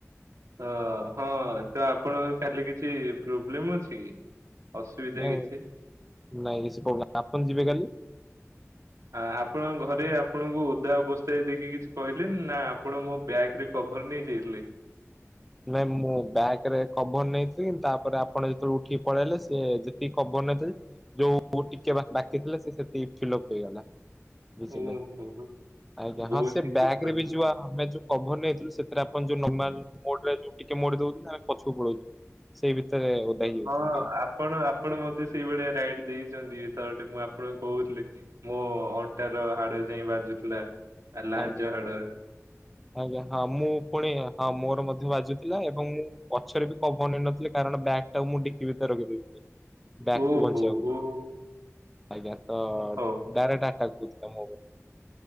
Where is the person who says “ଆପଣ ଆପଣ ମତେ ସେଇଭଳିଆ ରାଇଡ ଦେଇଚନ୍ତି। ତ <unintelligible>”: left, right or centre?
Right